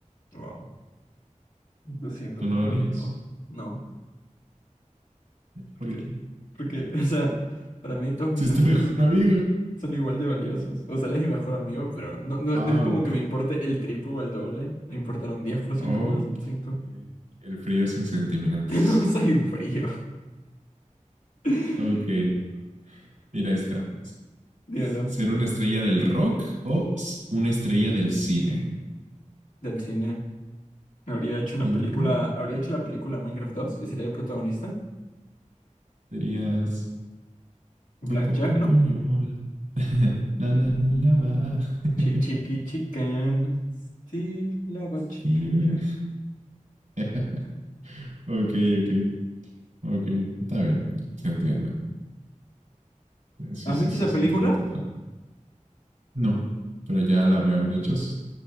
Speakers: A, on the left; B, on the right.
A: Wow. Lo siento,
B: ¿Tú
A: mejor
B: no lo harías?
A: amigo. No,
B: ¿Por
A: porque,
B: qué?
A: porque, <laughs> o sea, para mí todos mis
B: Si es
A: amigos
B: tu mejor amigo.
A: son igual de valiosos. O sea, él es mi mejor amigo, pero no, no,
B: Ah,
A: no es como
B: ok.
A: que me importe el triple o el doble. Me importaron diez por ciento
B: Ok.
A: más, cinco
B: El frío sin sentimientos.
A: <laughs> No soy frío. <laughs>
B: Ok. Mira esta.
A: Dímelo,
B: ¿Ser una estrella del rock o una estrella del cine?
A: del cine. Habría hecho una
B: ¿Y
A: película,
B: no el rock?
A: habría hecho la película Minecraft 2 y sería el protagonista.
B: Serías.
A: Blackjack,
B: Bo, bo, bo,
A: ¿no?
B: poñol. <laughs> La la la la va. <laughs>
A: Chi- Chiqui Chicken. Steve Lava Chicken
B: Sí, güey.
A: Jazz.
B: <laughs> Ok, ok, ok. Está bien. Se entiende. Eh, Sí,
A: ¿Has
B: sí,
A: visto
B: sí,
A: esa
B: se
A: película?
B: entiende total. No, pero ya
A: Ok.
B: la veo. De hecho, es-